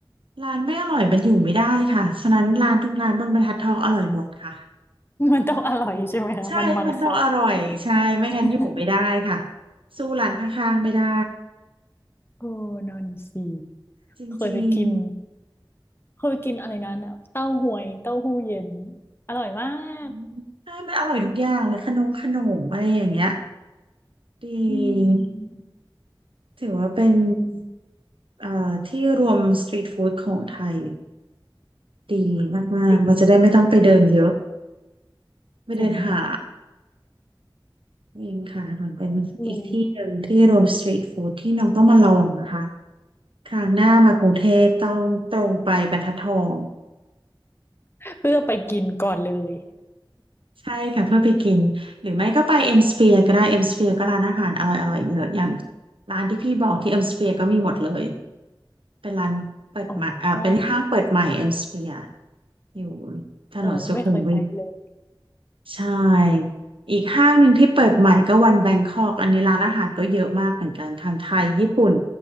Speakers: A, on the right; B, on the left.
A: ร้านไม่อร่อยมันอยู่ไม่ได้ค่ะฉะนั้นร้านทุกร้านบนบรรทัดทองอร่อยหมดค่ะ
B: มันต้องอร่อยใช่ไหมคะมันบังคับ
A: ใช่มันต้องอร่อยใช่ไม่งั้นอยู่ไม่ได้ค่ะ
B: <laughs>
A: สู้ร้านข้างๆไม่ได้
B: โอ้นอนสี
A: จริง
B: เคยไปกินเคยไปกินอะไรนั้นอ่ะเต้าหวยเต้าหู้เย็นอร่อยมาก
A: ๆอืมใช่มันอร่อยทุกอย่างเลยขนมขนมอะไรอย่างเงี้ยดี
B: อืม
A: ถือว่าเป็น
B: อืม
A: เอ่อที่รวมสตรีทฟู้ดของไทยดีมากๆเราจะได้ไม่ต้องไปเดินเยอะ
B: เจ๋ง
A: ไม่เดินหา
B: เจ๋งมาก
A: เองค่ะมันเป็นอีกที่หนึ่งที่รวมสตรีทฟู้ดที่น้องต้องมาลองนะคะ
B: มี
A: ครั้งหน้ามากรุงเทพต้องตรงไปบรรทัดทอง
B: เพื่อไปกินก่อนเลย
A: ใช่ค่ะเพื่อไปกินหรือไม่ก็ไปเอ็มสเฟียร์ก็ได้เอ็มสเฟียร์ก็ร้านอาหารอร่อยอร่อยเยอะอย่างร้านที่พี่บอกที่เอ็มสเฟียร์ก็มีหมดเลยเป็นร้านเปิดใหม่อ่าเป็นห้างเปิดใหม่เอ็มสเฟียร์
B: อ๋อ
A: อยู่ถนนสุขุมวิท
B: โอ้ไม่เคยไปเลย
A: ใช่อีกห้างหนึ่งที่เปิดใหม่ก็วันแบงคอกอันนี้ร้านอาหารก็เยอะมากเหมือนกันทั้งไทยญี่ปุ่น